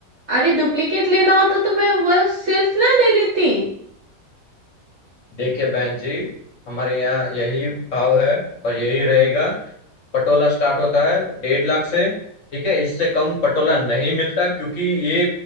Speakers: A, on the right; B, on the left.
A: अरे डुप्लीकेट लेना होता तो मैं वो सिल्क ना ले लेती
B: देखिए बहन जी हमारे यहाँ यही भाव है और यही रहेगा पटोला स्टार्ट होता है डेढ़ लाख से ठीक है इससे कम पटोला नहीं मिलता क्योंकि ये